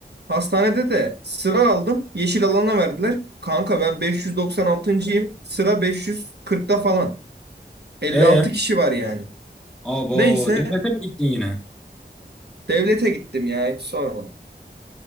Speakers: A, on the right (about 65°); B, in the centre.
A: Hastanede de sıra aldım. Yeşil alana verdiler. Kanka ben 596.yim. Sıra 540'ta falan. 56
B: E,
A: kişi var yani.
B: abo
A: Neyse
B: devlete mi gittin yine?
A: devlete gittim ya hiç sorma.